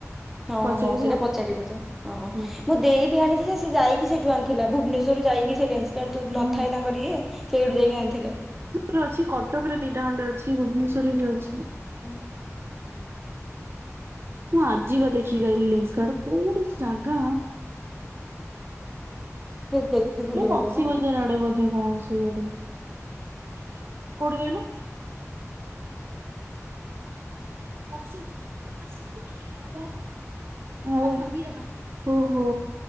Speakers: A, in the centre; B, on the right (about 45°).
A: ହଁ
B: ପଚାରିବି
A: ହଁ ସେଟା
B: ଆଉ
A: ପଚାରିବୁତ, ହଁ।
B: ହୁଁ
A: ମୋ ଦେଇ ବି ଆଣିଚିଯେ ସେ ଯାଇକି ସେଠୁ ଆଣିଥିଲା ଭୁବନେଶ୍ୱରରୁ ଯାଇକି ସେ ଲେନ୍ସ କାର୍ଟ
B: ହୁଁ
A: ନଥାଏ ତାଙ୍କର ଇଏ ସେଇଠୁ ଯାଇଁକି ଆଣିଥିଲା।
B: ରେ ଅଛି କଟକରେ ଦିଟା ଖଣ୍ଡେ ଅଛି ଭୁବନେଶ୍ୱରରେ ବି ଅଛି।
A: ହୁଁ।
B: ମୁଁ ଆଜିି ବା ଦେଖିକି ଆଇଲି ଲେନ୍ସ କାଡ୍, କୋଉଠି ସେ ଜାଗା?
A: <unintelligible>
B: ହେ ବକ୍ସି
A: ଗଲେ ନା
B: ବଜାର ଆଡେ ବୋଧେ ହଁ ସେଇଆଡେ। କୋଉଠି କହିଲୁ। <unintelligible> ଆଉ ଓ ହୋ।